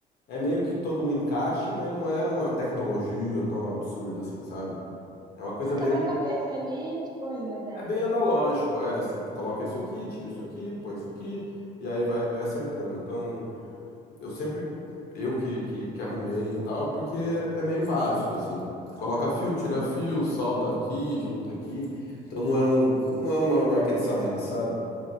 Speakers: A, on the left; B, on the right.
A: é meio que todo um encaixe, mas não é uma tecnologia tão absurda assim, sabe? É uma coisa
B: É um
A: bem,
B: quebra-cabeça ali, de boinha até.
A: é bem analógico, é, você coloca isso aqui, tira isso aqui, põe isso aqui, e aí vai, vai acertando. Então. Eu sempre, eu que, que, que arrumei e tal, porque é meio básico, assim. Coloca fio, tira
B: Hum,
A: fio, solda aqui, junta aqui. Então não é um, não
B: hum.
A: é uma rocket science, sabe?